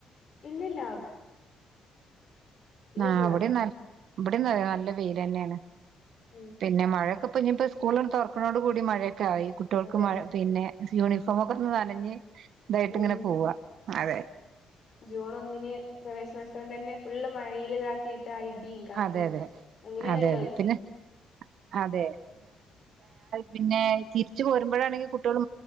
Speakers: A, on the left (about 50°); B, on the right (about 70°).
A: ഇല്ല ഇല്ല
B: ആ
A: ചൂടാ
B: ഇവിടെ നല്ല വെയിൽ തന്നെയാണ്
A: ഉം
B: പിന്നെ
A: ഉം
B: മഴയൊക്കെ ഇനീപ്പൊ സ്കുള് തോറക്കണോടു കൂടി മഴ - കുട്ടികൾക്
A: അതെ
B: മഴ പിന്നെ യൂണിഫോമൊക്കെ ഒന്ന് നനഞ്ഞ് ഇതായിട്ട്
A: ഉം
B: ഇങ്ങനെ പോവാ അതെ
A: ജൂൺ ഒന്നിന് <unintelligible> തന്നെ ഫുള് മഴയിലിതാക്കി ഇടിയും കാറ്റും
B: അതെ അതെ
A: അങ്ങനെയണല്ലോ
B: അതെ അതെ പിന്നെ അതെ പിന്നെ തിരിച്ച് പോരുമ്പോഴാണെങ്കിൽ കുട്ടികൾ